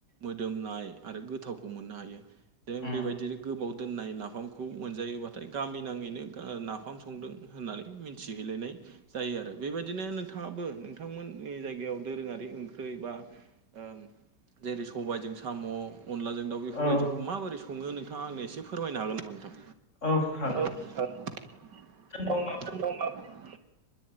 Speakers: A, on the right; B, on the left.
A: मोदोमनाय आरो गोथावखौ मोननो हायो। जों
B: उम
A: बेबायदिनो गोबाव दोननाय नाफामखौ मोनजायोबा नाथाय गामि नाङैनो ओ नाफाम संदों होननानै मिथिहैलायनाय जायो आरो बेबायदिनो नोंथाङाबो नोंथांमोननि जायगायाव दोरोङारि ओंख्रि बा ओं जेरै सबायजों साम' अनलाजों दाउ बेफोरबायदिखौ
B: औ
A: माबोरै सङो नोंथाङा आंनो एसे फोरमायनो हागोन नामा नोंथां?
B: औ हागोन।
A: औ <unintelligible>
B: दं